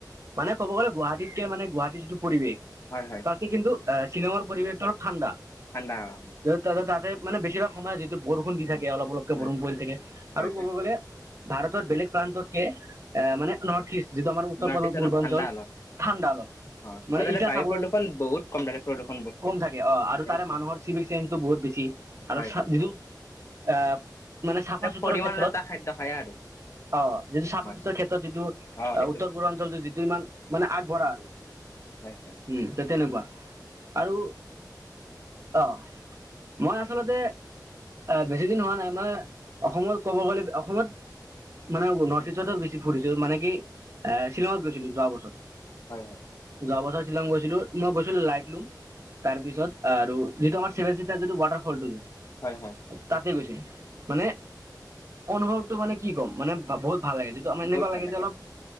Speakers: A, on the right; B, on the left.
A: মানে ক'ব গ'লে গুৱাহাটীতকে, মানে গুৱাহাটীৰ যিটো পৰিৱেশ
B: হয় হয়
A: তাতকে কিন্তু শ্বিলঙৰ পৰিৱেশটো অলপ ঠাণ্ডা,
B: ঠাণ্ডা হয়
A: তা তাতে মানে বেছিভাগ সময়ত যিটো বৰষুণ দি থাকে,
B: অ,
A: অলপ অলপকে
B: হয়
A: বৰষুণ পৰি থাকে, আৰু
B: হয়
A: ক'ব
B: হয়
A: গ'লে ভাৰতৰ বেলেগ প্ৰান্ততকে এ, মানে ন যিটো আমাৰ উত্তৰ-পূৰ্বাঞ্চল,
B: নৰ্থ ইষ্ট অলপ ঠাণ্ডা অলপ
A: ঠাণ্ডা অলপ।
B: অ
A: মানে
B: আৰু তাতে
A: ইতিয়া
B: বায়ু
A: চাব,
B: প্ৰদূষণ বহুত কম তাতে প্ৰদূষণ বস্তি
A: কম থাকে অ, আৰু তাৰে
B: একদম
A: মানুহৰ চিভিক চেন্সটো বহুত বেছি। আৰু
B: হয়
A: <unintelligible>
B: হয়
A: আহ, মানে চাফা-চুতুৰাৰ
B: পৰিমাণৰ
A: ক্ষেত্ৰত
B: এটা খাদ্য খায় আৰু
A: অ, যিটো চাফা-চুতুৰা
B: হয় হয়
A: ক্ষেত্ৰত যিটো
B: অ, সেই
A: উত্তৰ-পূৰ্বাঞ্চলটো যিটো ইমান মানে আগবঢ়া।
B: হয়, হয়।
A: উম, তেনেকুৱা, আৰু অ' মই আচলতে এ, বেছি দিন হোৱা নাই, মই অসমত ক'ব গ'লে, অসমত মানে নৰ্থ-ইষ্টত বেছি ফুৰিছো, মানে কি শ্বিলঙত গৈছিলো যোৱা বছৰ।
B: হয়, হয়।
A: যোৱাবছৰ শ্বিলং গৈছিলো। মই গৈছিলো লাইট লোম তাৰপিছত, আৰু যিটো আমাৰ চেভেন-চিষ্টাৰ যিটো ৱাটাৰ ফলটো
B: হয়, হয়।
A: তাতে গৈছিলো, মানে অনুভৱটো মানে কি ক'ম, মানে বহুত ভাল লাগে।
B: বহুত
A: এনেকুৱা
B: ভাল
A: লাগে যে, অলপ